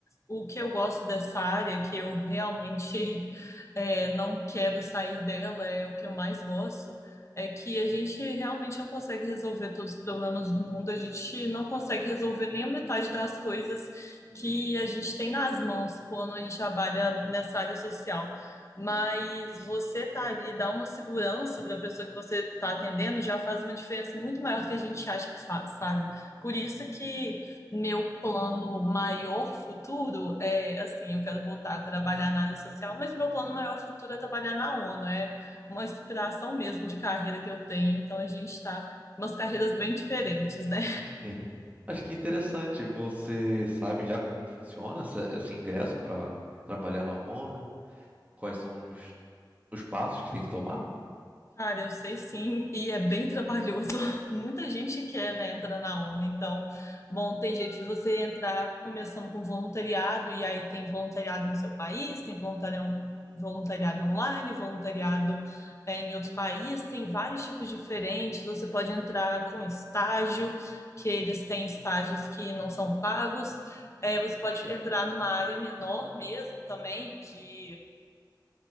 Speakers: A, on the left; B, on the right.
A: o que eu gosto dessa área, que eu realmente <laughs> é, não quero sair dela, é o que eu mais gosto, é que a gente realmente não consegue resolver todos os problemas do mundo, a gente não consegue resolver nem a metade das coisas que a gente tem nas mãos quando a gente trabalha nessa área social. Mas você tá ali, dá uma segurança para a pessoa que você está atendendo, já faz uma diferença muito maior do que a gente acha que faz, sabe? Por isso que meu plano maior futuro é assim, eu quero voltar a trabalhar na área social, mas meu plano maior futuro é trabalhar na ONU, é uma inspiração mesmo de carreira que eu tenho, então a gente está umas carreiras bem diferentes, né?
B: Uhum. Acho que é interessante. Você sabe já como funciona essa- esse ingresso para trabalhar na ONU? Quais são os, os passos que tem que tomar?
A: Cara, eu sei sim, e é bem trabalhoso. <laughs> Muita gente quer, né, entrar na ONU. Então, bom, tem jeito de você entrar começando com voluntariado, e aí tem voluntariado no seu país, tem voluntariado, voluntariado online, voluntariado, é, em outros países, tem vários tipos diferentes. Você pode entrar com estágio, que eles têm estágios que não são pagos. É, você pode entrar numa área menor mesmo também, de